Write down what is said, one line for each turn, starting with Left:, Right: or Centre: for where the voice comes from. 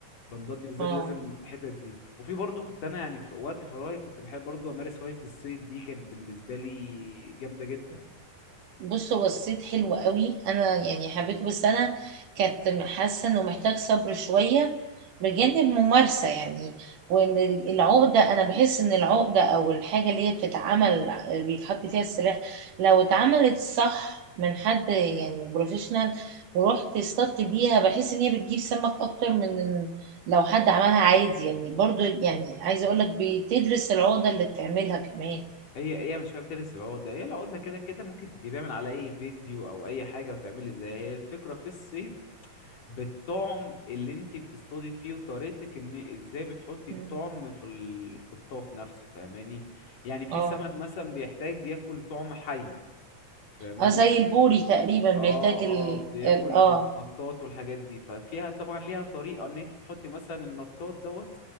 Left: البندات دي بالذات
Right: اه
Left: لازم الحتت دي وفي برضو كنت انا يعني في وقت فراغي كنت بحب برضو امارس هواية الصيد دي كانت بالنسبة لي جامدة جدا
Right: بص هو الصيد حلو قوي انا يعني حبيته بس انا كنت حاسه انه محتاج صبر شويه بجانب ممارسه يعني وان ال- العقده انا بحس ان العقده او الحاجه اللي هي بتتعمل بيتحط فيها السلاح لو اتعملت صح من حد يعني بروفيشنال ورحت اصطدت بيها بحس ان هي بتجيب سمك اكتر من لو حد عملها عادي يعني برضو يعني عايزه اقول لك بتدرس العقده اللي بتعملها كمان
Left: هي هي مش حابب تلبس العقدة هي العقدة كده كده ممكن تجيبيها من على اي فيديو او اي حاجة وتعملي زيها هي الفكرة في الصيد بالطعم اللي انت بتصطادي فيه وطريقتك ان ازاي بتحطي الطعم
Right: مم.
Left: في الخطاف نفسه فاهماني يعني في
Right: اه
Left: سمك مثلا بيحتاج ياكل طعم حي فاهماني
Right: اه زي البوري تقريبا بيحتاج
Left: اه
Right: ال
Left: اه بياكل
Right: ال- اه
Left: النطاط والحاجات دي ففيها طبعا ليها طريقة ان انت تحطي مثلا النطاط دوت